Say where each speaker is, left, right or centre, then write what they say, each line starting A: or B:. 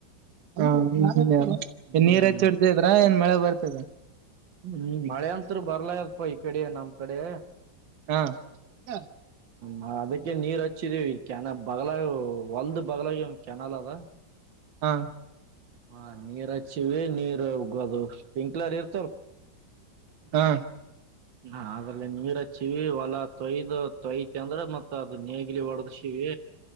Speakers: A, on the right (about 60°); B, on the right (about 80°).
A: ಹಾ ಇದನ್
B: ಹ್ಮ್
A: ಏನ್ ನೀರ್ ಹಚ್ಚಿಡ್ತದ್ರ ಏನ್ ಮಳೆ ಬರ್ತದ
B: ಹ್ಮ್ ಮಳೆ ಅಂತ್ರು ಬರ್ಲಾಗ್ಯಾದ ಪಾ ಈ ಕಡೆ ನಮ್ ಕಡೆ
A: ಹಾ <unintelligible>
B: ಹ ಅದಕ್ಕೆ ನೀರ್ ಹಚ್ಚಿದೀವಿ ಕ್ಯಾನ ಬಗಲಾಗ ಹೊಲ್ದೆ ಬದಲಾಗಿ ಒಂದು ಕೆನಲ್ ಅದ.
A: ಹಾ
B: ಹ ನೀರ್ ಹಚ್ಚಿವಿ ನೀರ್ ಅದು ಪಿಂಕ್ಲರ್ ಇರ್.
A: ಹಾ.
B: <inaudible> ಹ ಅದ್ರಲ್ಲಿ ನೀರ್ ಹಚ್ಚಿವಿ ಹೊಲ ತೊಯ್ದು ತೊಯತಿ ಅಂದ್ರ ಮತ್ ಅದ್ ನೇಗಿಲಿ ಹೊಡೇಶಿವಿ